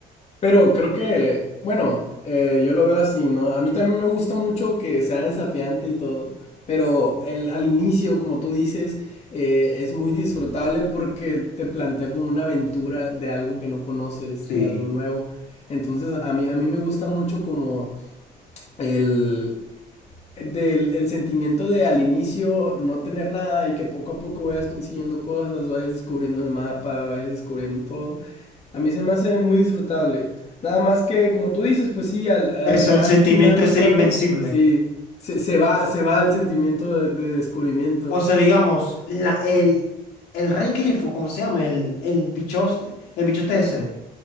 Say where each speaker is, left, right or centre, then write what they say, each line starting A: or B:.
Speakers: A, on the left; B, on the left.
A: Pero creo que, bueno, eh, yo lo veo así, ¿no? A mí también me gusta mucho que sea desafiante y todo. Pero el, al inicio, como tú dices, eh, es muy disfrutable porque te plantea como una aventura de algo que no conoces,
B: Sí.
A: de algo nuevo. Entonces, a mí, a mí me gusta mucho como el, del el sentimiento de al inicio no tener nada y que poco a poco vayas consiguiendo cosas, vayas descubriendo el mapa, vayas descubriendo todo. A mí se me hace muy disfrutable. Nada más que, como tú dices, pues sí, al, eh,
B: Eso,
A: ya
B: el sentimiento
A: al final del
B: de ser
A: juego,
B: invencible.
A: sí, se, se va, se va el sentimiento de, de descubrimiento.
B: O sea, digamos, la, el, el rey glifo, ¿cómo se llama? El, el bichote, el bichote ese,